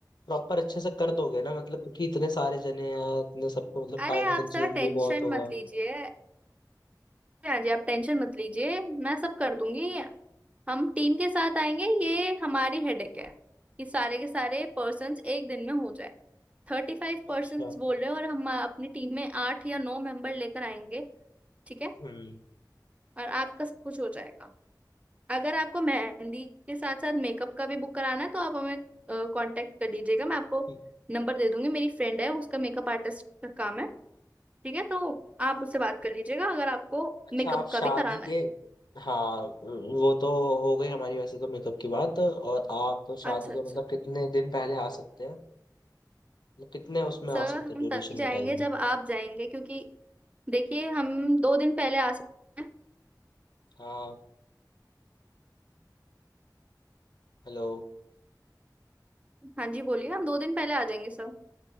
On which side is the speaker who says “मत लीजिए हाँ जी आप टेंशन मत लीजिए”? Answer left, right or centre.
Right